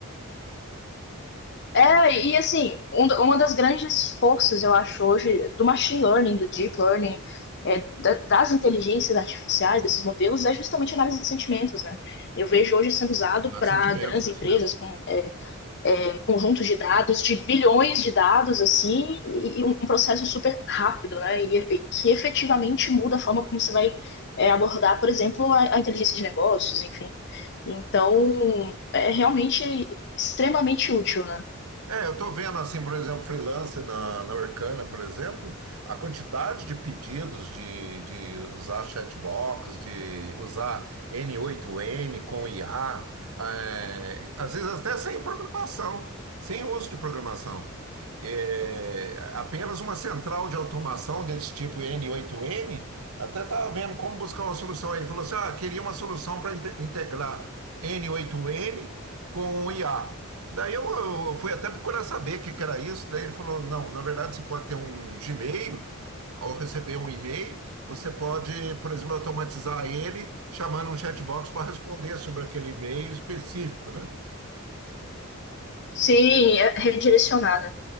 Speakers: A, on the left; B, on the right.
A: É, e assim, um, uma das grandes forças, eu acho, hoje, do machine learning, do deep learning, é, da- das inteligências artificiais, desses modelos, é justamente a análise de sentimentos, né? Eu vejo hoje sendo usado
B: Mas
A: para
B: sentimentos,
A: grandes
B: isso
A: empresas
B: mesmo.
A: com é, conjuntos de dados, de bilhões de dados, assim, e, um um processo super rápido, né? E, e que efetivamente muda a forma como você vai é, abordar, por exemplo, a, a, inteligência de negócios, enfim. Então, é realmente extremamente útil, né?
B: É, eu estou vendo assim, por exemplo, freelance na, na Orkana, por exemplo, a quantidade de pedidos de, de usar chatbox, de usar N8N com IA, é, às vezes até sem programação, sem uso de programação. É, apenas uma central de automação desse tipo N8N, até estava vendo como buscar uma solução aí. Falou assim: ah, queria uma solução para integrar N8N com o IA. Daí eu, eu fui até procurar saber o que, que era isso. Daí ele falou: não, na verdade você pode ter um Gmail, ao receber um e-mail, você pode, por exemplo, automatizar ele chamando um chatbox para responder sobre aquele e-mail específico, né?
A: Se é, redirecionar, né?